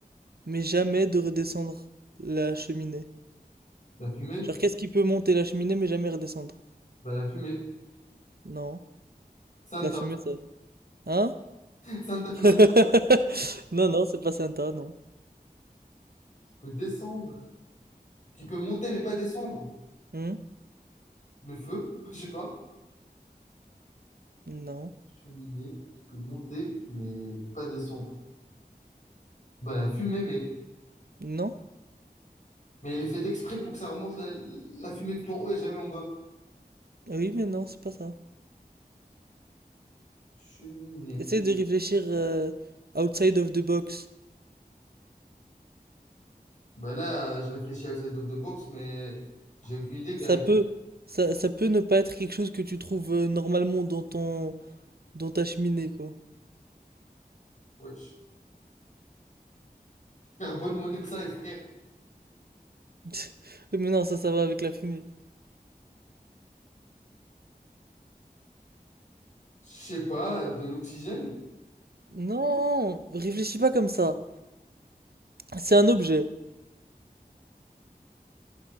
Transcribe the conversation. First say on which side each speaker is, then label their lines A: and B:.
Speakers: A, on the right; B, on the left.
A: mais jamais de redescendre la cheminée?
B: La fumée?
A: Genre, qu'est-ce qui peut monter la cheminée, mais jamais redescendre?
B: Bah, la fumée.
A: Non.
B: Santa.
A: La fumée, ça... Hein?
B: Santa Claus
A: <laughs> Non, non, c'est pas Santa, non.
B: qui peut descendre, qui peut monter mais pas descendre.
A: Hmm
B: Le feu? <laughs> Je sais pas.
A: Non.
B: cheminée qui peut monter, mais pas descendre. Bah, la fumée, mec.
A: Non?
B: Mais elle est faite exprès pour que ça remonte la, la fumée tout en haut et jamais en bas.
A: Oui, mais non, c'est pas ça.
B: Cheminée.
A: Essaye de réfléchir euh, outside of the box.
B: Bah là, euh, je réfléchis à outside of the box, mais j'ai aucune idée
A: Ça
B: quand même.
A: peut, ça, ça peut ne pas être quelque chose que tu trouves euh, normalement dans ton, dans ta cheminée, quoi.
B: Wesh. Carbone monoxyde, frère.
A: <laughs> Mais non, ça, ça va avec la fumée.
B: Je sais pas, de l'oxygène?
A: Non, réfléchis pas comme ça. C'est un objet.